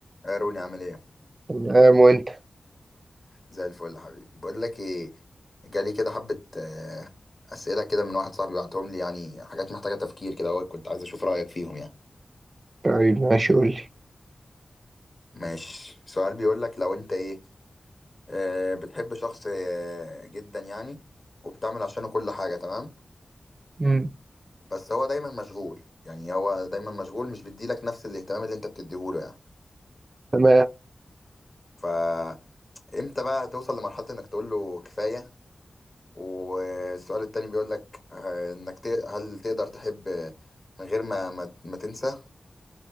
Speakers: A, on the left; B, on the right.
A: يا روني عامل ايه
B: تمام وانت
A: زي الفل يا حبيبي بقول لك ايه جالي كده حبه آه، اسئله كده من واحد صاحبي بعتهم لي يعني حاجات محتاجه تفكير كده اهو كنت عايز اشوف رايك فيهم يعني
B: طيب ماشي قول لي
A: ماشي سؤال بيقول لك لو انت ايه آه، بتحب شخص آه، جدا يعني وبتعمل عشانه كل حاجه تمام
B: مم.
A: بس هو دايما مشغول يعني هو دايما مشغول مش بيديلك نفس الاهتمام اللي انت بتديهوله يعني
B: تمام
A: فامتى بقى هتوصل لمرحله انك تقول له كفايه والسؤال التاني بيقول لك آه، انك ت- هل تقدر تحب آه، من غير ما ما, ما تنسى